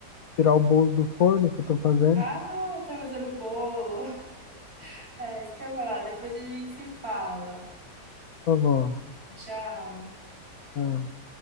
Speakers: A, on the left; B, on the right.
A: tirar o bolo do forno que eu tô fazendo.
B: Ah, tá fazendo bolo. <laughs> É, isso que eu ia falar. Depois a gente se fala.
A: Por favor.
B: Tchau.
A: Tá.